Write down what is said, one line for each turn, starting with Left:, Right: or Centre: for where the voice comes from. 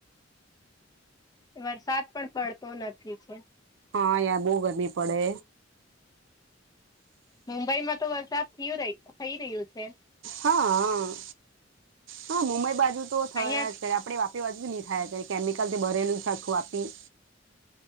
Left: વરસાદ પણ પડતો નથી છે.
Right: હા યાર બહુ ગરમી પડે.
Left: મુંબઈ માં તો વરસાદ થય થઈ રહ્યું છે.
Right: હા હા મુંબઈ બાજુ તો થયા
Left: અહિયાં
Right: છે આપડે વાપ. જુ જ નહી થાય કેમિકલ થી ભરેલું આખું આપી.